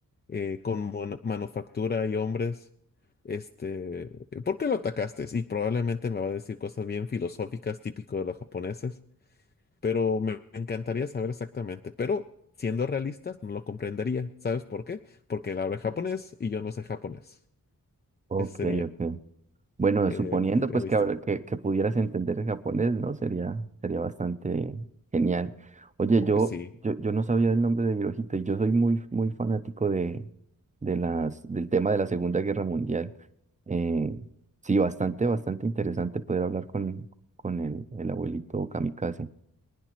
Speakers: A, on the left; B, on the right.
A: eh, con mono- manufactura y hombres? Este, ¿por qué lo atacaste? Y probablemente me va a decir cosas bien filosóficas típico de los japoneses, pero me me encantaría saber exactamente, pero siendo realistas no lo comprendería. ¿Sabes por qué? Porque él habla japonés y yo no sé japonés.
B: ok,
A: Eso sería
B: ok. Bueno,
A: eh,
B: suponiendo
A: realista.
B: pues que, habla- que, que pudieras entender el japonés, ¿no? Sería, sería bastante genial. Oye,
A: Uy,
B: yo,
A: sí.
B: yo, yo no sabía el nombre de Hirohito y yo soy muy, muy fanático de, de las, del tema de la Segunda Guerra Mundial. Eh, sí, bastante, bastante interesante poder hablar con, con el, el abuelito Kamikaze.